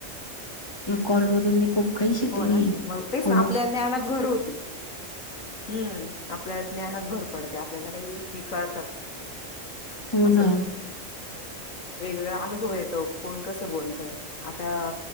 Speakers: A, on the left; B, on the left.
A: कॉल मधून मी खूप काही शिकली
B: हो ना मग तेच
A: हो
B: ना आपल्या ज्ञानात भर होती हम्म आपल्या ज्ञानात भर पडते आपल्याला काही गोष्टी कळतात.
A: हो
B: अस
A: ना
B: वेगवेगळा अनुभव येतो कोण कसं बोलत, आता